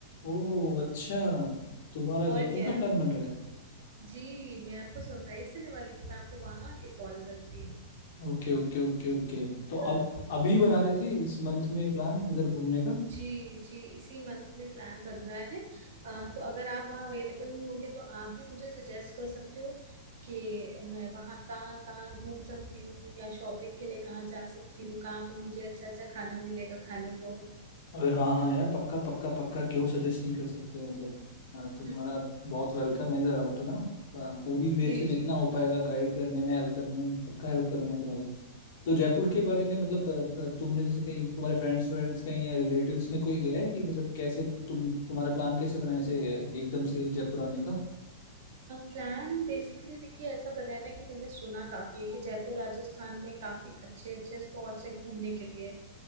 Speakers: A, on the left; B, on the right.
A: ओ अच्छा तुम्हारा
B: और
A: जयपुर
B: क्या
A: का प्लान बन रहा है
B: जी मैं आपको सरप्राइज देने वाली थी मैं आपको वहां आके कॉल करती
A: ओके ओके ओके ओके तो
B: हाँ
A: अब अभी बना रहे थे इस मंथ में प्लान इधर घूमने का
B: जी जी इसी मंथ में प्लान बन रहा है अ, तो अगर आप वहाँ अवेलेबल नहीं होंगे तो आप भी मुझे सजेस्ट कर सकते हो कि मैं वहाँ कहाँ कहाँ घूम सकती हूँ या शॉपिंग के लिए कहाँ जा सकती हूँ कहाँ पे मुझे अच्छा अच्छा खाना मिलेगा खाने को
A: अरे हाँ हाँ यार पक्का पक्का पक्का क्यों सजेस्ट नहीं कर सकते मतलब आ, तुम्हारा
B: हम्म,
A: बहुत वेलकम है इधर आओ तो ना आ, पूरी मेरे
B: जी
A: से जितना
B: जी
A: हो पाएगा गाइड करने में हेल्प करने में पक्का हेल्प करूंगा तुम्हारी तो जयपुर के बारे में मतलब अ, अ, तुमने जैसे कहीं तुम्हारे फ्रेंड्स फ्रेंड्स कहीं या रिलेटिव्स में कोई गया है कि मतलब कैसे तुम तुम्हारा प्लान कैसे बनाए से एकदम से जयपुर आने का
B: प्लान बेसिकली देखिए ऐसा बना है ना कि मैंने सुना काफी है कि जयपुर राजस्थान में काफी अच्छे अच्छे स्पॉट्स है घूमने के लिए